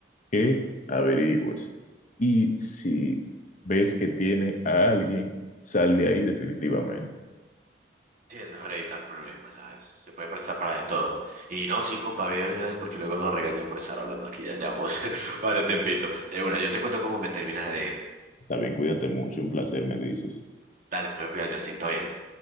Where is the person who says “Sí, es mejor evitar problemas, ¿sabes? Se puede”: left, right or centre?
Right